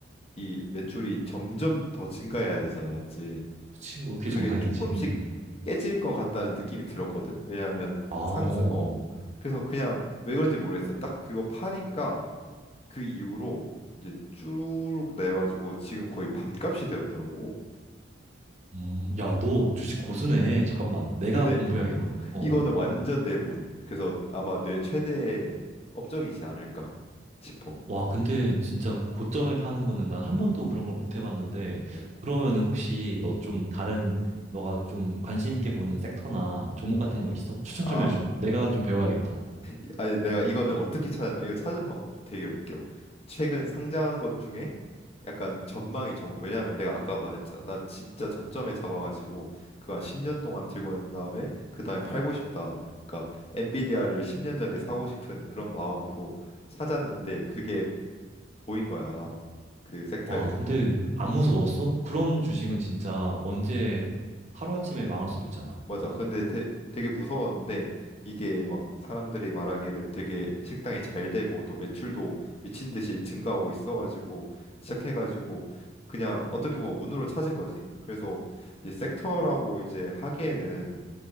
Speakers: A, on the left; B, on the right.
A: 이 매출이 점점 더 증가해야 되잖아, 맞지?
B: 그치? 왜 이렇게
A: 근데 그게
B: 정상이지?
A: 조금씩
B: 음.
A: 깨질 것 같다는 느낌이 들었거든. 왜냐하면
B: 아, 어,
A: 상승 어
B: 어.
A: 그래서 그냥 왜 그런지 모르겠어. 딱 그거 파니까 그 이후로 이제 쭉 내가지고 지금 거의 반값이 되었더라고.
B: 음, 야, 너 주식 고수네. 잠깐만. 내가
A: 근데
B: 공부해야겠는데. 어.
A: 이거는 완전 내 운. 그래서 아마 내 최대 업적이지 않을까 싶어.
B: 와, 근데 진짜 그 고점에 파는 거는 난 한 번도 그런 걸 못 해봤는데,
A: 어,
B: 그러면은 혹시 너 좀 다른, 너가 좀 관심 있게 보는 섹터나 종목 같은 거 있어? 추천
A: 아,
B: 좀 해줘. 내가 좀 배워야겠다.
A: 이- 아니 내가 이거는 어떻게 찾았나? 이거 찾은 방법도 되게 웃겨. 최근 상장한 것 중에 약간 전망이 좋은 거. 왜냐하면 내가 아까 말했잖아. 나 진짜 저점에 잡아가지고 그 한 10년 동안 들고 난 다음에 그 다음에 팔고 싶다. 그러니까 엔비디아를 10년 전에 사고 싶은 그런 마음으로 찾았는데 그게 보인 거야. 그 섹터에서.
B: 와, 근데 안 무서웠어? 그런 주식은 진짜 언제 하루아침에 망할 수도 있잖아.
A: 맞아. 근데 되, 되게 무서웠는데 이게 막 사람들이 말하기를 되게 식당이 잘 되고 또 매출도 미친 듯이 증가하고 있어가지고 시작해가지고 그냥 어떻게 보면 운으로 찾은 거지. 그래서 이 섹터라고 이제 하기에는